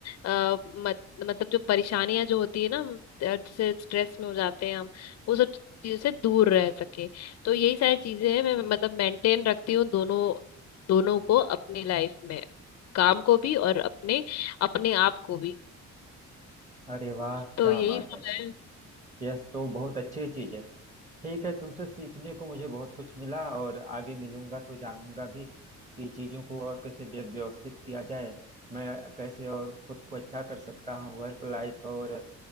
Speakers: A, on the left; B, on the right.
A: आ, मत, मतलब जो परेशानियां जो होती है ना हम, जैसे स्ट्रेस में हो जाते हैं हम वो सब चीजों से दूर रह सके तो यही सारी चीजें हैं मैं मतलब मेंटेन रखती हूँ दोनों दोनों को अपनी लाइफ में काम को भी और अपने अपने आप को भी
B: अरे वाह
A: तो
B: क्या
A: यही
B: बात
A: सब
B: है
A: है
B: यह तो बहुत अच्छी चीज है ठीक है तुमसे सीखने को मुझे बहुत कुछ मिला और आगे मिलूंगा तो जानूंगा भी कि चीजों को और कैसे व्य- व्यवस्थित किया जाए मैं कैसे और खुद को अच्छा कर सकता हूँ वर्क लाइफ और